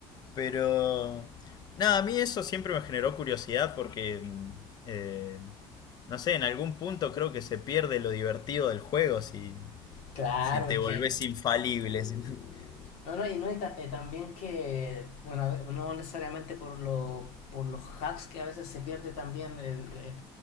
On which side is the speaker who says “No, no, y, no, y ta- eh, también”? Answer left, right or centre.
Left